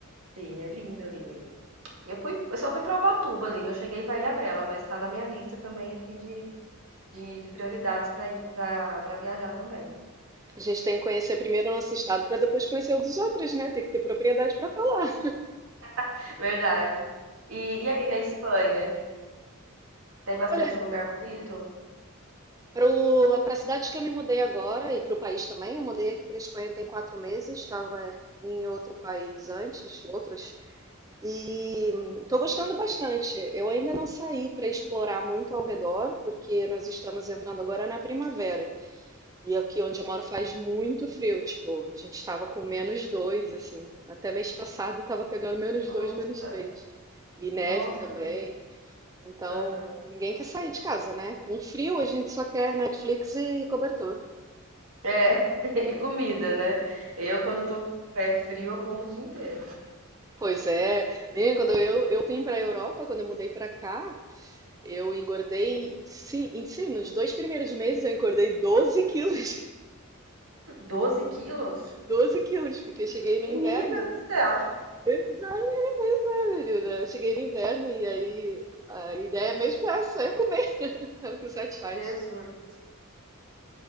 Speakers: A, on the right; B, on the right.
A: Sim, é lindo ali mesmo. Eu fui, eu só fui pra Ubatuba ali, não cheguei pra Ilhabela, mas tá na minha lista também aqui de, de, de prioridades pra ir pra, pra viajar também.
B: A gente tem que conhecer primeiro o nosso estado para depois conhecer o dos outros, né? Tem que ter propriedade para falar.
A: <laughs> Verdade. E, e aí na Espanha? Tem bastante
B: Olha,
A: lugar bonito?
B: para a cidade que eu me mudei agora e para o país também, eu mudei aqui para a Espanha tem quatro meses, estava em outro país antes, outros, e estou gostando bastante. Eu ainda não saí para explorar muito ao redor, porque nós estamos entrando agora na primavera. E aqui onde eu moro faz muito frio, tipo, a gente tava com menos dois, assim. Até mês passado tava pegando menos
A: Nossa,
B: dois, menos três. E neve
A: nossa.
B: também. Então,
A: Aham.
B: ninguém quer sair de casa, né? Com frio a gente só quer Netflix e cobertor.
A: É, <laughs> e comida, né? Eu, quando tô com o pé frio, eu como o dia inteiro.
B: Pois é. Menina, quando eu, eu vim para a Europa, quando eu mudei para cá, eu engordei, sim, e sim, nos dois primeiros meses eu engordei 12 quilos.
A: Doze quilos?
B: <laughs> 12 quilos, porque eu cheguei no
A: Menina
B: inverno.
A: do céu!
B: Pois é, pois é, menina. Eu cheguei no inverno e aí a ideia mesmo é só eu comer, <laughs> é o que satisfaz.
A: Jesus!